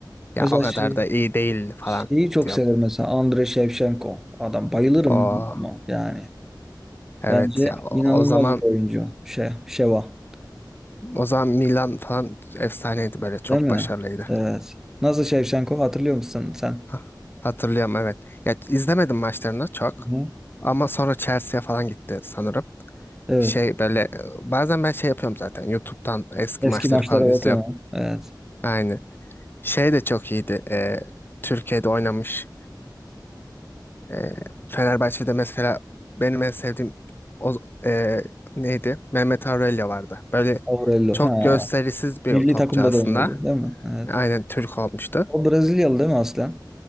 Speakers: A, on the left; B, in the centre.
A: Ya
B: Mesela
A: o kadar
B: şey
A: da iyi değil falan
B: Şeyi çok
A: diyorum.
B: severim mesela Andre Shevchenko. Adam bayılırım
A: O
B: ama yani.
A: evet
B: Bence
A: ya o,
B: inanılmaz
A: o zaman
B: bir oyuncu. Şey, Şeva.
A: O zaman Milan falan efsaneydi böyle çok
B: Değil mi?
A: başarılıydı.
B: Evet. Nasıl Shevchenko hatırlıyor musun sen?
A: Hah, Hatırlıyorum evet. Ya izlemedim maçlarını çok
B: Hı.
A: ama sonra Chelsea'ye falan gitti sanırım.
B: Evet.
A: Şey böyle e, bazen ben şey yapıyorum zaten YouTube'dan eski
B: Eski
A: maçları
B: maçlara
A: falan izliyorum.
B: bakıyorsun. ha. Evet.
A: Aynı. Şey de çok iyiydi. e, Türkiye'de oynamış. E, Fenerbahçe'de mesela benim en sevdiğim o, e, neydi? Mehmet Aurelio vardı. Böyle
B: Aurelio.
A: çok
B: Ha.
A: gösterisiz bir
B: Milli
A: topçu
B: takımda
A: aslında.
B: da oynuyordu değil mi? Evet.
A: Aynen Türk olmuştu.
B: O Brezilyalı değil mi aslen?